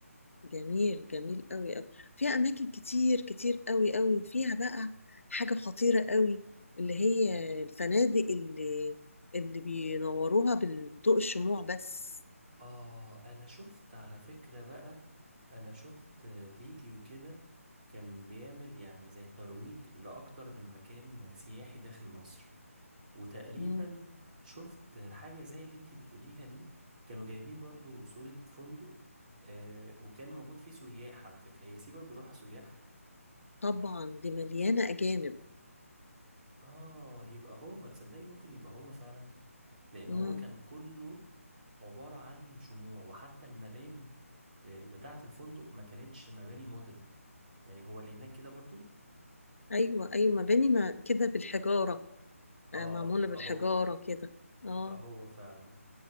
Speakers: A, on the left (about 60°); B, on the right (about 35°).
A: جميل جميل قوي قوي فيها اماكن كتير كتير قوي قوي وفيها بقى حاجة خطيرة قوي اللي هي الفنادق اللي اللي بينوروها بالضوء الشموع بس
B: اه انا شفت على فكرة بقى انا شفت فيديو كده كان بيعمل يعني زي ترويج لاكتر من مكان سياحي داخل مصر وتقريبا
A: مم.
B: شفت حاجة زي اللي انتي بتقوليها دي كانوا جايبين برضو صورة فندق آه وكان موجود فيه سياح على فكرة هي سيوة بيروحها سياح
A: طبعا دي مليانة اجانب
B: اه يبقى هو تصدقي ممكن يبقى هو فعلا لان
A: مم.
B: هو كان كله عبارة عن شموع وحتى المباني آه، بتاعة الفندق ما كانتش مباني مودرن يعني هو اللي هناك كده برضو
A: ايوه ايوه مباني ما كده بالحجارة آه،
B: اه
A: معمولة
B: يبقى
A: بالحجارة
B: هو
A: كده
B: يبقى
A: اه
B: هو فعلا